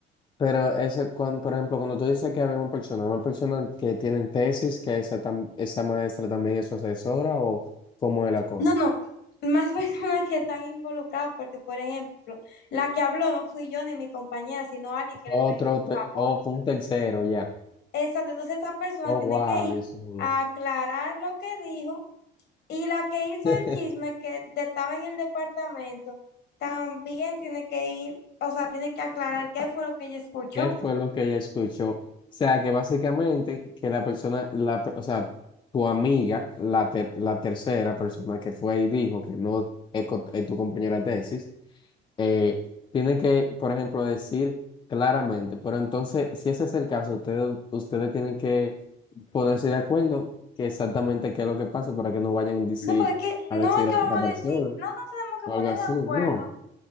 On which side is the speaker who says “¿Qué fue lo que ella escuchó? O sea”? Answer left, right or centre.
Left